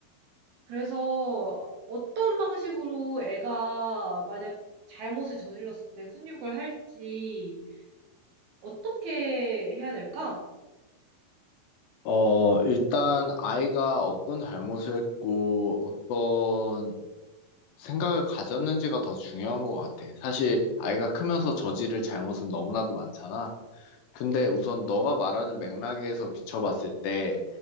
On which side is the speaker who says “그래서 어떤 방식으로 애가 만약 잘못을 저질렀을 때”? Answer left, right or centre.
Right